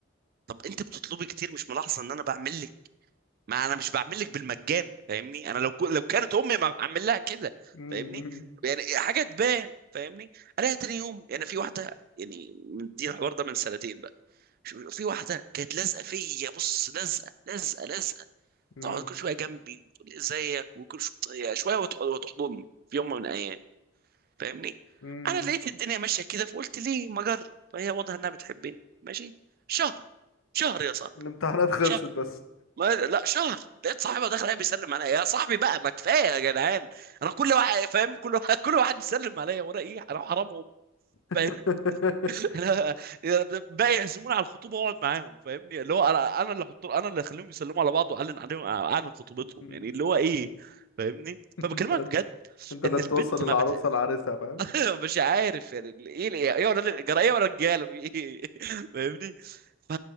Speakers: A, on the right; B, on the left.
A: طب انت بتطلبي كتير مش ملاحظه ان انا بعمل ما انا مش بعمل لك بالمجان فاهمني انا لو كو... لو كانت امي ما بعمل لها كده
B: امم
A: فاهمني يعني حاجه تبان فاهمني الاقي تاني يوم يعني في واحده يعني من دي الحوار ده من سنتين بقى شو- في واحده كانت لازقه فيا بص لازقه لازقه لازقه
B: امم
A: تقعد كل شويه جنبي وتقول لي ازيك وكل شويه شويه وتح- وتحضني في يوم من الايام فاهمني
B: امم
A: انا لقيت الدنيا ماشيه كده فقلت ليه ما اجرب فهي واضحه انها بتحبني ماشي شهر شهر يا صاحبي
B: الامتحانات خلصت
A: شهر
B: بس
A: ما لا شهر لقيت صاحبها داخل عليا بيسلم عليا يا صاحبي بقى ما كفايه يا جدعان انا كل واحد فاهم كل واحد كل واحد يسلم عليا ورا ايه انا حرامهم
B: <laughs>
A: فاهم؟ <laughs> انا باقي يعزموني على الخطوبه واقعد معاهم فاهمني اللي هو انا انا اللي احط انا اللي اخليهم يسلموا على بعض واعلن عليهم اعلن خطوبتهم
B: مم.
A: يعني اللي هو ايه فاهمني فبكلمك
B: انت
A: بجد
B: انت اللي
A: ان
B: توصل
A: البنت
B: العروسه
A: ما بت...
B: لعريسها فاهم
A: <laughs> مش عارف يعني ال- ايه ال- ايه ولا الجرايه ولا الرجاله في ايه <laughs> فاهمني ف